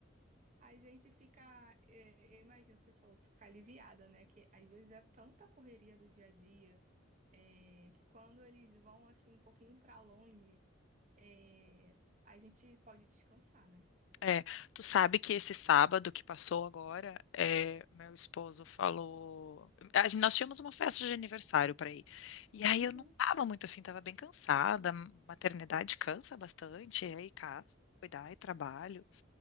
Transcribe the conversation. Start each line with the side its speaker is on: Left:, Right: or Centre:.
Right: A gente fica, é, eu imagino que você falou que fica aliviada, né? Que às vezes é tanta correria do dia a dia, é, que quando eles vão assim um pouquinho pra longe, é, a gente pode descansar, né?
Left: É, tu sabe que esse sábado que passou agora, é, meu esposo falou. a gente- nós tínhamos uma festa de aniversário para ir. E aí eu
Right: Uhum.
Left: não tava muito afim, tava bem cansada. Maternidade cansa bastante, é, e aí casa, cuidar e trabalho.